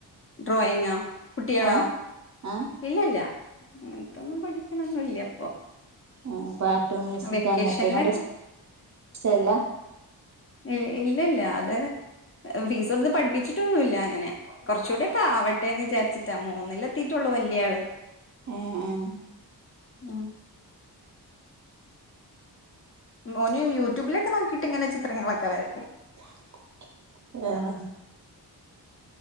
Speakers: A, on the left (about 35°); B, on the right (about 45°).
A: ഡ്രോയിങ്ങോ കുട്ടികളോ
B: ആഹ് ആഹ്
A: ഇല്ലല്ല അങ്ങൻത്തൊന്നും പഠി ക്ക്ണൊന്നുല്ല്യ പ്പൊ.
B: ഉം പാട്ട് മ്യൂസിക്
A: വെക്കേഷനിലൊക്കെ
B: അങ്ങനത്തേനോട്ഷ്ട്ടല്ല.
A: ഇൽ ഇല്ലല്ല അത് ഫീസൊട്ത്ത് പഠിപ്പിച്ചി ട്ടൊന്നുല്ല അങ്ങനെ, കൊർച്ചൂട്യൊക്കാവട്ടേന്ന് വിചാരിച്ചിട്ടാ, മൂന്നിലെത്തിട്ടൊള്ളൂ വല്യാള്.
B: ഉം ഉം.
A: ഉം. മോന് യൂട്യൂബിലൊക്കെ നോക്കിട്ട്ങ്ങനെ ചിത്രങ്ങളൊക്കെ വരക്കും.
B: <unintelligible>